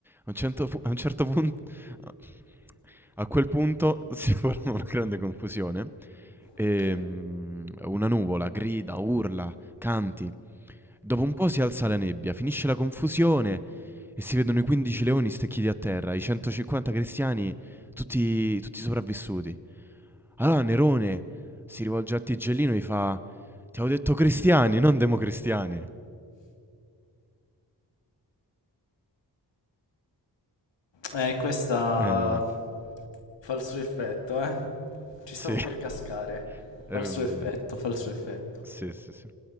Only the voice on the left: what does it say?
ok.
Eh, questa
fa il suo effetto, eh. Ci
stavo
per cascare. Fa
il suo effetto, fa il suo effetto.